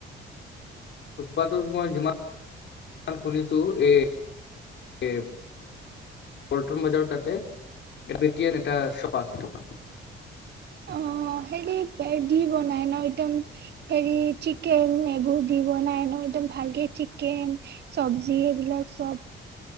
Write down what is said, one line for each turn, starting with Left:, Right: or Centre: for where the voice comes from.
Left: ফুটপাথত মই যিমান শুনিছো এই নতুন বতৰ তাতে <unintelligible> একশ পাঁচ টকা
Right: অ হেৰি পে দি বনাই ন একদম হেৰি চি চিকেন এইবোৰ দি বনাই ন একদম ভালকে চিকেন চবজি এইবিলাক চব